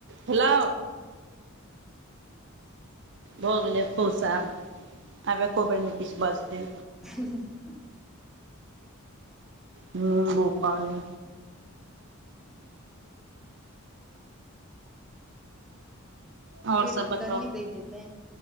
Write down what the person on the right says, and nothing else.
भेलौ? भऽ गेलै खूश आब, आब एकोबेर नै किछ बाजतै
नींबू पानी। और
सब बताउ